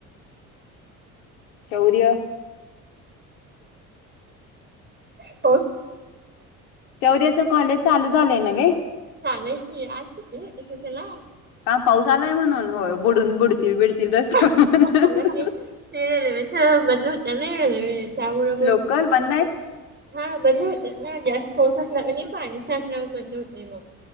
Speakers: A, on the left; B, on the right.
A: शौर्य
B: <unintelligible> <unintelligible> <unintelligible>
A: चौद्याच कॉलेज चालू झालंय न वे?
B: झालं की आज सुट्टी राहते, त्याला
A: का पाऊस आलाय म्हणून होय बुडून बुडतील बिडतील रस्त्यावर
B: <unintelligible> <unintelligible> बंद होतं ना या वेळेस त्यामुळे मग
A: लोकल बंद
B: हा.
A: आहेत
B: बंद होते ना जास्त पाऊस असला का नाही पाणीसाठन बंद होते मग.